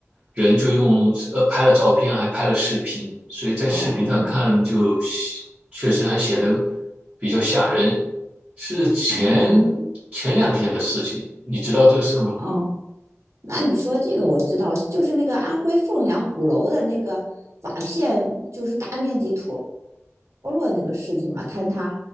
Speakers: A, on the right (about 25°); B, on the right (about 75°).
A: 人就用呃拍了照片，还拍了视频，所以在视频上看就
B: 哦
A: 确实还显得比较吓人。是前
B: 哦
A: 前两天的事情，你知道这个事吗？
B: 哦，那你说这个我知道，就是那个安徽凤阳鼓楼的那个瓦片，就是大面积脱落那个事情嘛，坍塌，